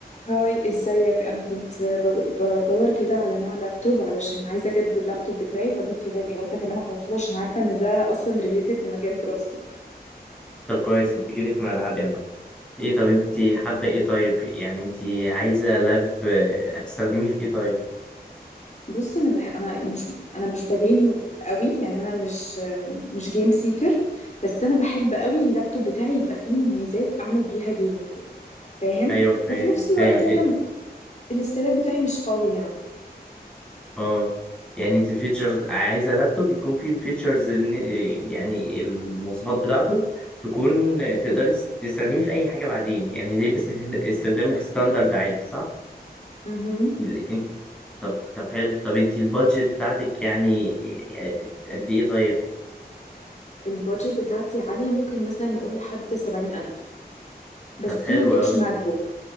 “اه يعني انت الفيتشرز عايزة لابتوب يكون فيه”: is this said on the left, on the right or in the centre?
Centre